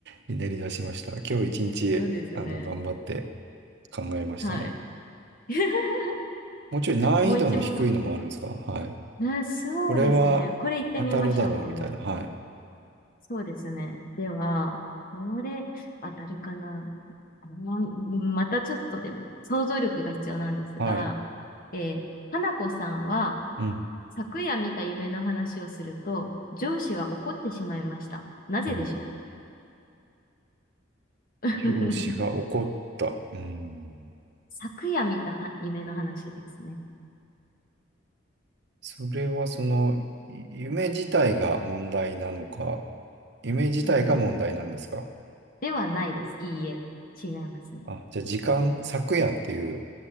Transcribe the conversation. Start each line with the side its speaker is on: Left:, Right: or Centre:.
Right: ひねり出しました。今日一日、
Left: うですね。
Right: あの、頑張って考えましたね。
Left: はい。<laughs>
Right: もうちょい難易度の低いのもあるんですかはい。
Left: もう一問。ね、そうですね。
Right: これは当たるだろうみたいな。
Left: これ言ってみましょうか、もう一個。
Right: はい。
Left: そうですね。では、これ、当たるかな。あまたちょっとでも、想像力が必要なんですが、
Right: はい。
Left: えー、花子さんは、
Right: うん。
Left: 昨夜見た夢の話をすると、上司は怒ってしまいました。なぜでしょう
Right: うん。
Left: <laughs>
Right: 上司が怒った。うん。
Left: 昨夜見たは夢の話ですね。
Right: それはその、い夢自体が問題なのか、夢自体が問題なんですか
Left: はい。ではないです。いいえ。違いますね。
Right: あ、じゃあ時間、昨夜っていう、